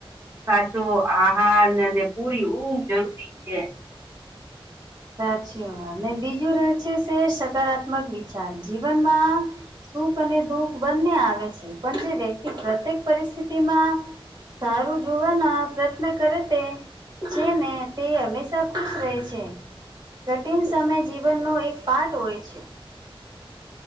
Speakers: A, on the right; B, on the right.
A: સાચો આહારને અને પૂરી ઊંઘ જરૂરી છે.
B: સાચીઓ અને બીજું રહે છે, સકારાત્મક વિચાર જીવનમાં સુખ અને દુઃખ બંને આવે છે, પણ જે વ્યક્તિ પ્રત્યેક પરિસ્થિતિમાં સારું જોવાના પ્રયત્ન કરે તે જેને તે હંમેશા ખુશ રહે છે. કઠિન સમયે જીવનનો એક પાર્ટ હોય છે.